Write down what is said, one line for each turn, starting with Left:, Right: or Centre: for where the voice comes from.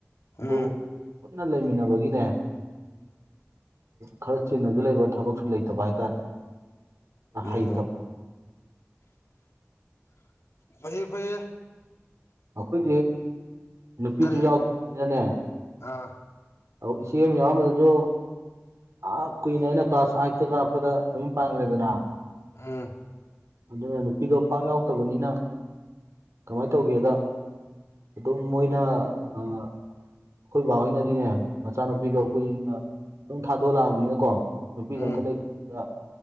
Left: ꯎꯝ ꯎꯝ
Right: ꯑꯗꯨ ꯄꯨꯟꯅ ꯂꯩꯃꯤꯟꯅꯕꯒꯤꯅꯦ ꯈꯔ ꯆꯤꯟꯅꯁꯨ ꯂꯩꯕ ꯊꯕꯛꯁꯨ ꯂꯩꯇꯕ ꯍꯥꯏꯇꯥꯔꯦ
Left: ꯑꯣ
Right: ꯍꯩꯇꯕ
Left: ꯐꯩꯌꯦ ꯐꯌꯦ
Right: ꯑꯩꯈꯣꯏꯗꯤ ꯅꯨꯄꯤꯁꯨ
Left: ꯀꯔꯤ
Right: ꯌꯥꯎꯅꯤꯅꯅꯦ
Left: ꯑꯥ
Right: ꯏꯆꯦ ꯑꯃ ꯌꯥꯝꯕꯗꯁꯨ ꯑ ꯀꯨꯏꯅ ꯑꯩꯅ ꯀ꯭ꯂꯥꯁ ꯑꯥꯏꯠꯇ ꯀꯞꯄꯗ ꯃꯌꯨꯝ ꯄꯥꯟꯈ꯭ꯔꯦꯗꯅ
Left: ꯍꯥꯝ
Right: ꯑꯗꯨꯅ ꯅꯨꯄꯤꯗꯣ ꯄꯥꯛ ꯌꯥꯎꯇꯕꯅꯤꯅ ꯀꯃꯥꯏꯅ ꯇꯧꯒꯦꯗ ꯑꯗꯨꯝ ꯃꯣꯏꯅ ꯑꯩꯈꯣꯏ ꯕꯥꯍꯣꯏꯅꯗꯤꯅꯦ ꯃꯆꯥꯅꯨꯄꯤꯗꯣ
Left: ꯎꯝ
Right: ꯀꯈꯏꯅ ꯁꯝ ꯊꯥꯗꯣꯛꯂꯛꯑꯕꯅꯤꯅꯀꯣ ꯅꯨꯄꯤꯒ
Left: ꯎꯝ
Right: ꯑꯝꯇ ꯂꯩꯇ